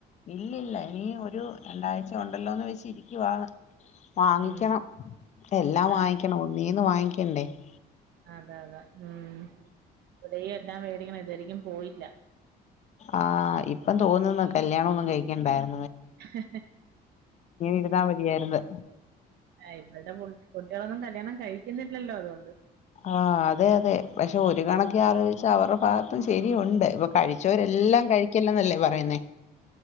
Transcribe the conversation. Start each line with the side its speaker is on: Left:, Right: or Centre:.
Left: ഇല്ലില്ല ഇനി ഒരു രണ്ടാഴ്ച ഒണ്ടല്ലോന്ന് വെച്ച് ഇരിക്കുവാണ് വാങ്ങിക്കണം
Right: ഉം
Left: എല്ലാം
Right: ആ
Left: വാങ്ങിക്കണം ഒന്നീന്ന് വാങ്ങിക്ക <unintelligible>
Right: അതെ അതെ ഉം ഇവിടയും എല്ലാം വേടിക്കണം യും പോയില്ല
Left: ആഹ് ഇപ്പം തോന്നുന്ന കല്യാണമൊന്നും കഴിക്കണ്ടായിരുന്ന്
Right: ഹ്
Left: ഇരുന്നാ മതിയായിരുന്നു
Right: ഹ് ഇവിടെ കുട്ടികളൊന്നും ല്യാണം കഴിക്കുന്നില്ലല്ലോ അതുകൊണ്ട്
Left: ആഹ് അതെ അതെ പക്ഷേ ഒരു കണക്കിനാലോചിച്ചാ അവരെ ഭാഗ പ്പം ശരിയുണ്ട് ഇവ കഴിച്ചോരെല്ലാം കഴിക്കല്ലന്നല്ലേ പറയുന്നേ